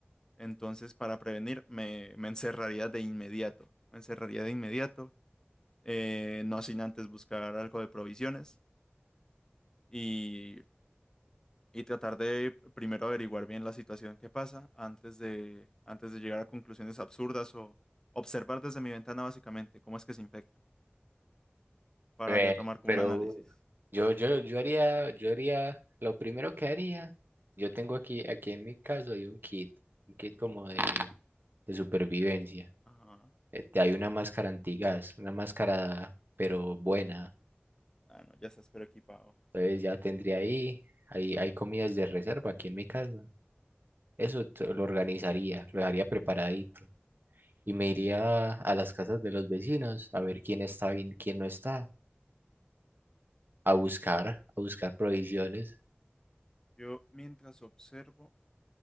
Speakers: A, on the left (about 15°); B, on the right (about 55°).
A: Entonces, para prevenir, me, me encerraría de inmediato, me encerraría de inmediato, eh, no sin antes buscar algo de provisiones. Y y tratar de primero averiguar bien la situación que pasa antes de, antes de llegar a conclusiones absurdas o observar desde mi ventana básicamente cómo es que se infectan para
B: Eh,
A: ya tomar como
B: pero
A: un análisis.
B: yo, yo, yo haría, yo haría, lo primero que haría, yo tengo aquí, aquí en mi casa hay un kit, un kit como de, de supervivencia.
A: Ajá.
B: Eh, te hay una máscara antigas, una máscara, pero buena.
A: Ah, no, ya estás pero equipado.
B: Entonces ya tendría ahí, hay, hay comidas de reserva aquí en mi casa. Eso t-
A: Eh,
B: lo organizaría, lo dejaría preparadito. Y me iría a las casas de los vecinos a ver quién está bien, quién no está, a buscar, a buscar provisiones.
A: Yo mientras observo,